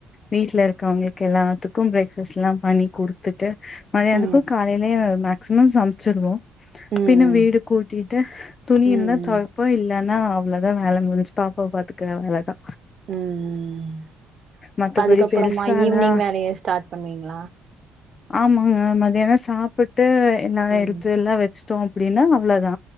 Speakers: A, on the left; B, on the right.
A: வீட்ல இருக் க அவுங்களுக்கு எல்லாத்துக்கும் ப்ரேக்ஃபாஸ்லா பண்ணி குடுத்து ட்டு மத்யானக்கு
B: ம் ம்
A: காலைலயே மே சிமம் சமச்சிர்றோ
B: ம் ம்
A: பின்ன வீடு கூட்டிட்டு துணி
B: ம்
A: இருந்தா தொவைப்போ இல் இல்லன்னா அவ்ளோதா வேல முடிஞ்சி பாப்பாவ பாத்துக்குற வேல தா
B: ம் ம் ம்
A: மத்தபடி
B: அதுக்கப்பறமா
A: பெருசாலா
B: ஈவ்னிங் வேலய ஸ்டாட் பண்ணுவீங்ளா
A: ஆமாங்க மத்யானொ சாப்புட் டு என்னா
B: ம்
A: எடுத்துல்லா வச் ச்டோ அப்டின்னா அவ்ள தா